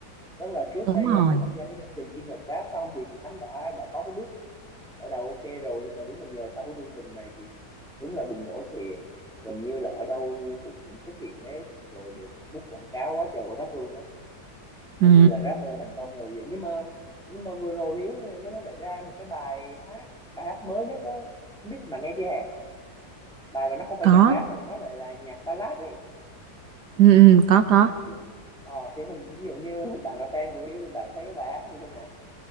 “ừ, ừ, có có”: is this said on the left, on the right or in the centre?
Right